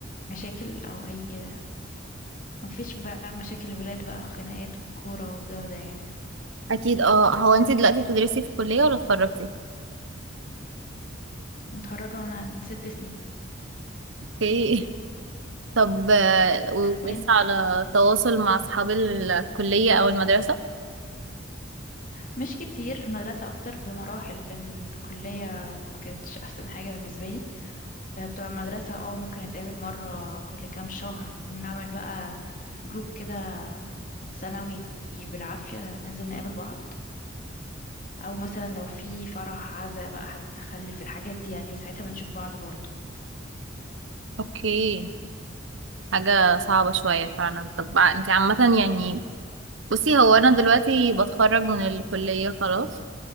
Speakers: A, on the left (about 45°); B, on the right (about 70°).
A: مشاكل او اي ما فيش بقى مشاكل الولاد بقى خناقات والكوره والجو ده يعني
B: أكيد اه هو انتي دلوقتي بتدرسي في الكلية ولا اتخرجتي؟
A: متخرجه من ست سنين
B: اوكي <laughs> طب آه، ولسه
A: وانت
B: على تواصل مع أصحاب الكلية أو المدرسة؟
A: مش كتير المدرسه اكتر بمراحل لان الكليه ما كانتش احسن حاجه بالنسبه لي آه، بتوع المدرسة اه ممكن نتقابل مرة كل كام شهر ونعمل بقى جروب كده سنوي بالعافية ننزل نقابل بعض أو مثلا لو في فرح عزا بقى حد تخلف الحاجات دي يعني ساعتها بنشوف بعض برضو
B: اوكي حاجة صعبة شوية فعلا طب آه، انتي عامة يعني بصي هو انا دلوقتي بتخرج من الكلية خلاص